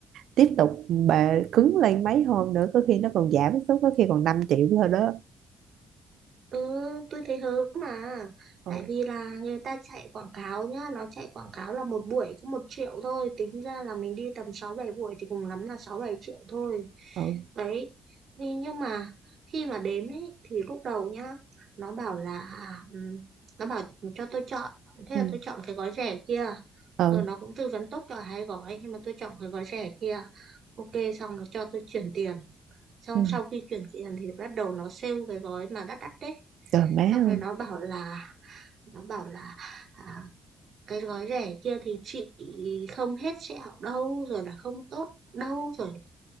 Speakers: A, on the right (about 75°); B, on the right (about 55°).
A: tiếp tục bà cứng lên mấy hôm nữa có khi nó còn giảm xuống có khi còn 5 triệu thôi đó
B: ừ tôi thấy hớ mà
A: ừ
B: tại vì là người ta chạy quảng cáo nhá nó chạy quảng cáo là một buổi có một triệu thôi tính ra là mình đi tầm sáu bảy buổi thì cùng lắm là sáu bảy triệu thôi
A: ừ
B: đấy nhưng nhưng mà khi mà đến ấy thì lúc đầu nhá nó bảo là ừm, nó bảo cho tôi chọn thế
A: ừ
B: là tôi chọn cái gói rẻ kia
A: ừ
B: ờ, nó cũng tư vấn tốt cho hai gói nhưng mà tôi chọn cái gói rẻ kia ok xong nó cho tôi chuyển tiền xong
A: ừ.
B: sau khi chuyển tiền thì bắt đầu nó sale cái gói mà đắt đắt đấy
A: trời má
B: xong
A: ơi
B: rồi nó bảo là nó bảo là à, cái gói rẻ kia thì chị không hết sẹo đâu rồi là không tốt đâu rồi